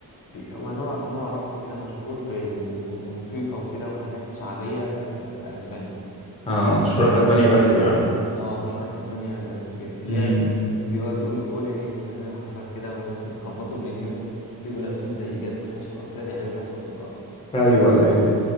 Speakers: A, on the left; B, on the left.
A: بي- هو نوع نوع رقص كده مشهور بموسيقى وكده وحاجات شعبية آه، في أسبانيا
B: اه مشهورة في اسبانيا
A: يقول
B: بس يعني
A: اه مشهورة في اسبانيا بس جدا اللي
B: امم
A: هي بيقعدوا يقولوا اولي ويعملوا حركات كده ويخبطوا <laughs> برجليهم بيبقوا لابسين زي جزمة خشب او كده بيعملوا بيها صوت في الارض
B: ايوه ايوه